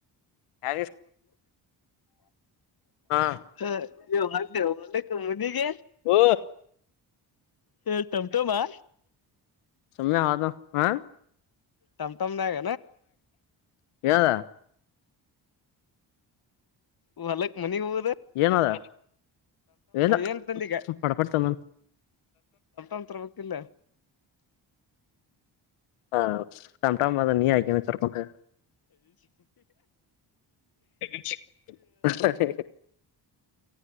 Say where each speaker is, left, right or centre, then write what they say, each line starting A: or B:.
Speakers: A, on the left; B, on the left.
A: ಹ ಹಾ
B: ಹ ಮಾಡ್ಕ್ಕೆ ಮುನಿಗೆ
A: ಹಓ
B: ಹಳ್ತ್ ಟಮಮ್ಮಾ
A: ಸಮಯ ಅದು ಹಾ
B: ತಮ ತಮ್ ನ್
A: ಏನಾದ
B: ಹ ಹೊಲಕ್ ಮನೆಗ್ ಹೋಗದ.
A: ಏನ ಅದ ಎಲ್ಲ
B: ಏನ್ ತಂದಿಗ
A: ಸ್ವಡ ಪಡ್ಪಡ್ತಂದ್
B: ಅಂತರ ಗೊತ್ತಿಲ್ಲ
A: ಹಾ ಶಮಟಾಮ ನೀ ಆಯಕರ್ ಓಕೆ <unintelligible>